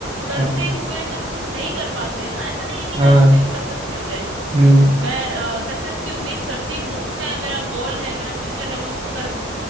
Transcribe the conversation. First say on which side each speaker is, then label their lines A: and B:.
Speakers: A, on the right; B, on the right.
A: करते
B: हम्म,
A: हुए जब कुछ नहीं कर पाते हैं ना ऐसा नहीं है कि
B: हाँ
A: हर किसी को सक्सेस मिल जाए
B: हम्म
A: मैं सक्सेस की उम्मीद करती हूँ मैं मेरा गोल है मेरा फ्यूचर है मैं उसको कर